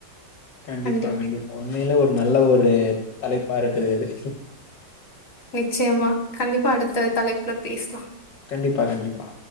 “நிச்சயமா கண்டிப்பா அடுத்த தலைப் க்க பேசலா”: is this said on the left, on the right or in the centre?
Left